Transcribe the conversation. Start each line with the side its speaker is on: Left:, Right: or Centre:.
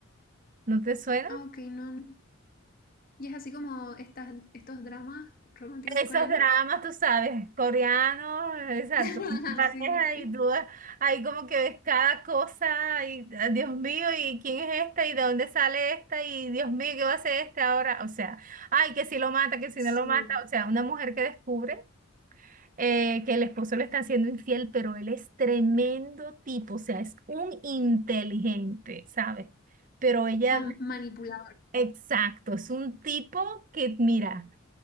Right: ¿No te suena?
Left: Ah, ok, no. no. Y es así como estas, estos dramas románticos
Right: Esos
Left: coreanos.
Right: dramas, tú sabes, coreanos, exacto,
Left: <laughs>
Right: pareja
Left: Sí,
Right: y tú ahí como que ves cada cosa y ah, Dios mío, ¿y quién es esta? ¿Y de dónde sale esta? Y Dios mío, ¿qué va a hacer este ahora? O sea, ay, que si lo mata, que si
Left: sí.
Right: no lo mata, o sea, una mujer que descubre eh, que el esposo le está siendo infiel, pero él es tremendo tipo, o sea, es un inteligente, ¿sabes? Pero ella,
Left: Con manipulador.
Right: exacto, es un tipo que, mira.